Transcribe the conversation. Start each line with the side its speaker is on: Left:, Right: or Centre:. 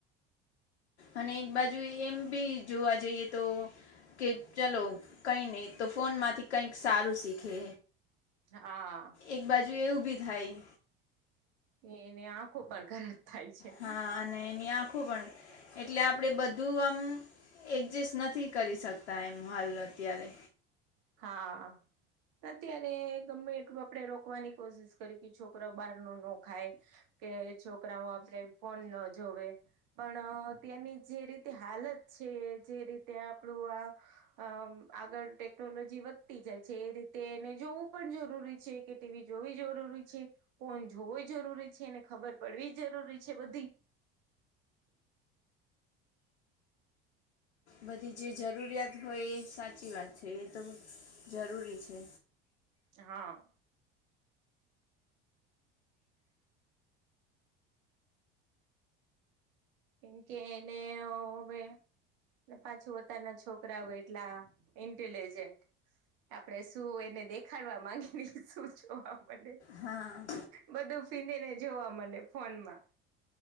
Left: અને એક બાજુ એમ બી જોવા જઈએ તો કે ચલો કઈ નહી તો ફોનમાંથી કંઈક સારું શીખે.
Right: હા
Left: એક બાજુ એવુ ભી થાય.
Right: એને આંખો પણ ખરાબ થાય છે
Left: હા અને એની આંખો પણ એટલે આપણે બધું આમ એડજસ્ટ નથી કરી શકતા એમ હાલ અત્યારે
Right: હા અત્યારે ગમે એટલું આપડે રોકવાની કોશિશ કરી કે છોકરા બહાર ન રખાય કે છોકરાઓ આપડે ફોન ના જોવે પણ ત્યાંની જે રીતે હાલત છે જે રીતે આપણું આ અમ આગળ ટેકનોલોજી વધતી જાય છે એ રીતે એને જોવું પણ જરૂરી છે કે ટીવી જોવી જરૂરી છે. ફોન જોવો જરૂરી છેને ખબર પડવી જરૂરી છે બધી
Left: બધી જે જરૂરિયાત હોય એ સાચી વાત છે એ તો બી જરૂરી છે.
Right: હા કેમ કે એને હવે પાછું અતારના છોકરા એટલા આ ઇન્ટેલિજન્ટ આપણે શું એને દેખાડવા માંગીને શું જોવા માંડે
Left: હા
Right: બધું ફીંધી ને જોવા મળે ફોન માં.